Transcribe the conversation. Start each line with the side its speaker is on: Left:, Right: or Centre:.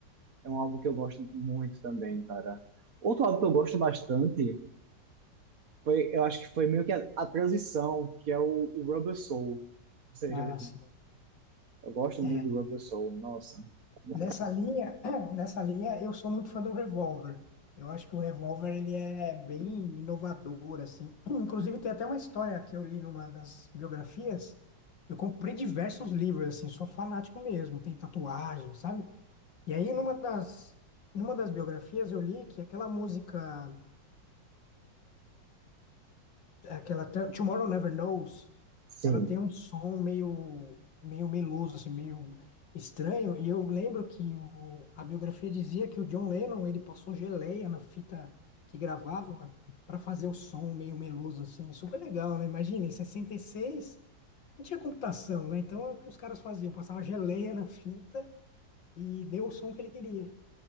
Right: é um álbum que eu gosto muito também, cara. Outro álbum que eu gosto bastante foi, eu acho que foi meio que a, a transição, que é o, o Rubber Soul. Ou seja,
Left: Ah, sim.
Right: eu gosto
Left: É,
Right: muito do Rubber Soul, nossa. Muito-
Left: Nessa linha, <clears throat> nessa linha, eu sou muito fã do Revolver. Eu acho que o Revolver ele é bem inovador assim. <clears throat> Inclusive tem até uma história que eu li numa das biografias. Eu comprei diversos livros assim, sou fanático mesmo, tem tatuagem, sabe? E aí numa das numa das biografias eu li que aquela música, é, aquela Tomorrow Never Knows
Right: Sim,
Left: Ela tem um som meio, meio meloso, assim, meio estranho. E eu lembro que o, a biografia dizia que o John Lennon, ele passou geleia na fita que gravava para fazer o som meio meloso, assim. Super legal, né? Imagina, em 66 não tinha computação, né? Então, é o que os caras faziam? Passava geleia na fita e deu o som que ele queria.